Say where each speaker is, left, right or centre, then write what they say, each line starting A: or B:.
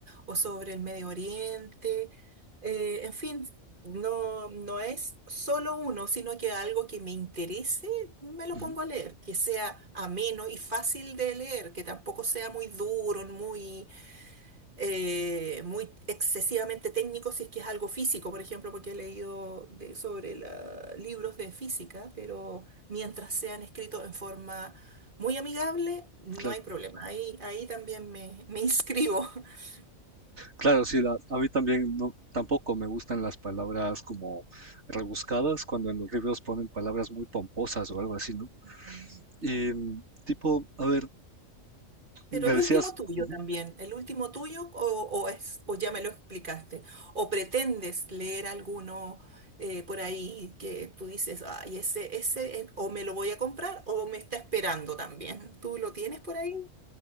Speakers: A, on the right (about 40°); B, on the right (about 55°).
A: o sobre el Medio Oriente. Eh, en fin, no, no es solo uno, sino que algo que me interese, me lo
B: Ujú,
A: pongo a leer, que sea ameno y fácil de leer, que tampoco sea muy duro, muy eh, muy excesivamente técnico si es que es algo físico, por ejemplo, porque he leído de- sobre la- libros de física, pero mientras sean escritos en forma muy amigable, no
B: claro.
A: hay problema. Ahí, ahí también me, me inscribo. <laughs>
B: Claro, sí, la- a mí también no, tampoco me gustan las palabras como rebuscadas cuando en los libros ponen palabras muy pomposas o algo así, ¿no?
A: Mm, claro.
B: Y mm, tipo, a ver,
A: Pero
B: me
A: el
B: decías,
A: último tuyo
B: ujú.
A: también, el último tuyo o, o es, o ya me lo explicaste, o pretendes leer alguno eh, por ahí que tú dices, ay, ese, ese, eh, o me lo voy a comprar o me está esperando también. ¿Tú lo tienes por ahí?